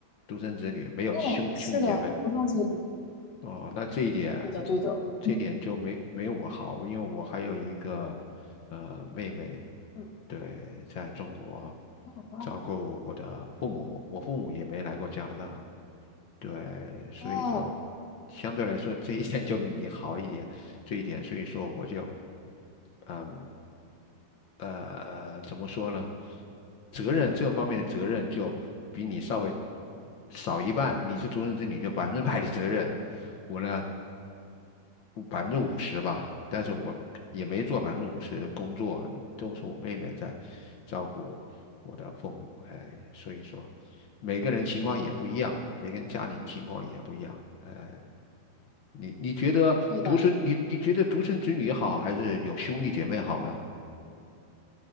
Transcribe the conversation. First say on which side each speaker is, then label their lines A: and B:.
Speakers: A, on the left; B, on the left.
A: 独生子女，没有兄兄弟姐妹。
B: 哦，是的，不萄酒，
A: 哦，那这一点，
B: 对的，对的，
A: 这一点就没没有我好，
B: 嗯
A: 因为我还有一个呃妹妹，
B: 嗯，
A: 对，在中国
B: 很棒，
A: 照顾我的父母，我父母也没来过加拿大，对，所以说
B: 哦，
A: 相对来说这一点就比你好一点，这一点，所以说我就嗯。呃，怎么说呢？责任这方面的责任就比你稍微少一半。你是独生子女，就百分之百的责任。我呢，百分之五十吧，但是我也没做百分之五十的工作，都是我妹妹在照顾我的父母。哎，所以说每个人情况也不一样，每个人家庭情况也不一样。哎，你你觉得独生，
B: 对的。
A: 你你觉得独生子女好，还是有兄弟姐妹好呢？